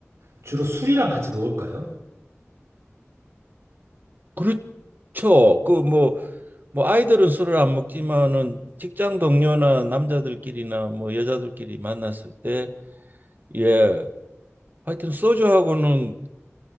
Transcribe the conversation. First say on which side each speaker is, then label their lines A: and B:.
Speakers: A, on the right; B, on the right.
A: 주로 술이랑 같이 먹을까요?
B: 그렇죠. 그 뭐 뭐 아이들은 술을 안 먹지만은 직장 동료나 남자들끼리나 뭐 여자들끼리 만났을 때 예. 하여튼 소주하고는